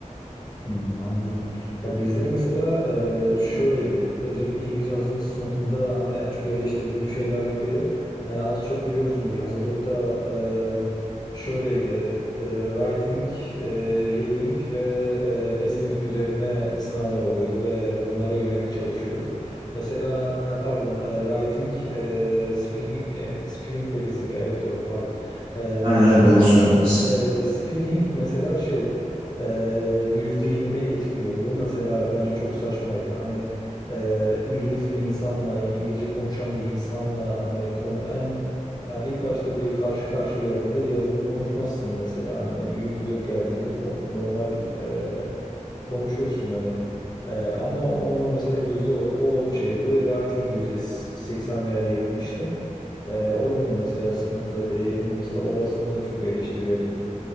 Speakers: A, on the left; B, on the right.
A: Hmm, anladım. Ya bizde mesela e, şöyleydi. Özellikle İngilizce hazırlık sınıfında hani en çok eleştirdiğim şeylerden biri. Hani az çok biliyorsundur hazırlıkta e, şöyleydi. E, writing, e, reading ve e, listening üzerine sınavlar oluyordu ve bunlara yönelik çalışıyorduk. Mesela ha, pardon e, writing, e, speaking, e, speaking ve listening evet doğru pardon. E,
B: Aynen
A: mesela
B: aynen doğru söylediniz.
A: e, speaking mesela şey e, %20 etkiliyordu. Bu mesela bence çok saçmaydı. Hani e, İngiliz bir insanla, İngilizce konuşan bir insanla hani konu, en yani ilk başta bir karşı karşıya geldiğinde yazılı konuşmazsın mesela. Hani yüz yüze geldiğinde ko- normal e, konuşursun hani. Ee, ama onda mesela yüzde olarak o şeydi writing yüzde 80 veya 70'ti. Ee, o yönden mesela sıkıntılıydı. Eğitim mesela orasını çok eleştiriyordum.